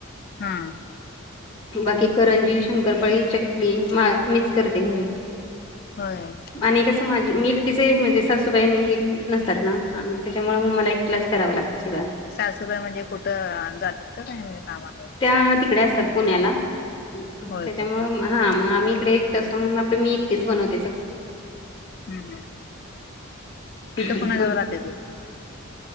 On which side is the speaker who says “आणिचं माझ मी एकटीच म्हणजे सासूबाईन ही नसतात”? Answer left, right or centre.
Left